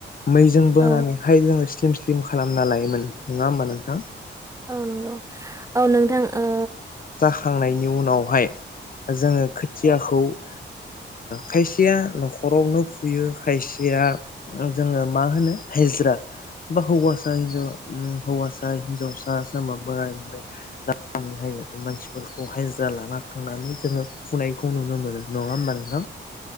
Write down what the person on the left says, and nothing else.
मैजों बोनानैहाय
जोंङो सि स्लिम स्लिम खालामना लायोमोन नङा होमबा नोंथां
हांनायनि उनावहाय जोंङो खोथियाखौ ओ खायसेया नखरावनो फुयो खायसेया जोंङो मा होनो हायजा् बा हौवासा हिन्जाव उम हौवासा हिनजावसा सोरबा बोराय ओमफ्राय <unintelligible> मानसि फोरखौ हायजा् लाना थांनानै जोंङो फुनायखौ नुनो मोनो नङा होमबा नोंथां।